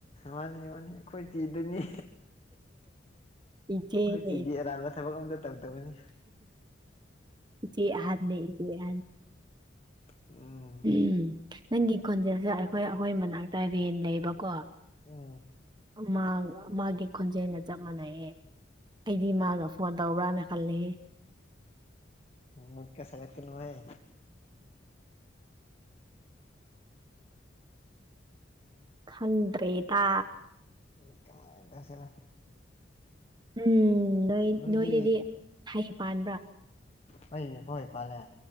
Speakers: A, on the left (about 35°); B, on the right (about 25°).
A: ꯃꯥꯅꯤ ꯋꯥꯅꯤ ꯑꯩꯈꯣꯏ ꯆꯤꯗꯣꯏꯅꯤ
B: ꯏꯆꯦꯅꯦ
A: ꯑꯩꯠꯁꯤꯗꯤ ꯑꯔꯥꯟꯕ ꯊꯕꯛ ꯑꯝꯇ ꯇꯧꯗꯕꯅꯤ
B: ꯆꯦꯍꯥꯟ ꯅ ꯆ ꯍꯥꯏꯍꯥꯟ
A: ꯎꯝ
B: ꯎꯝ ꯅꯪꯒꯤ ꯈꯣꯟꯖꯦꯜꯁꯦ ꯑꯩꯈꯣꯏ ꯑꯩꯈꯣꯏ ꯃꯅꯥꯛꯇ ꯚꯦꯟ ꯂꯩꯕꯀꯣ
A: ꯎꯝ
B: ꯃꯥ ꯃꯥꯒꯤ ꯈꯣꯟꯖꯦꯜꯒ ꯆꯞ ꯃꯥꯟꯅꯩꯑ ꯑꯩꯗꯤ ꯃꯥꯒ ꯐꯣꯟ ꯇꯧꯕ꯭ꯔꯥꯅꯦ ꯈꯜꯦ
A: ꯃꯣꯠꯀ ꯁꯒꯠ ꯀ ꯅꯉꯥꯏ
B: ꯈꯗ꯭ꯔꯦ ꯗꯥ
A: <unintelligible>
B: ꯎꯝ ꯅꯣꯏ
A: ꯅꯣꯏꯗꯤ
B: ꯅꯣꯏꯗꯗꯤ ꯍꯩ ꯄꯥꯟꯕ꯭ꯔꯥ
A: ꯍꯣꯏꯅꯦ ꯍꯣꯏ ꯄꯂꯦ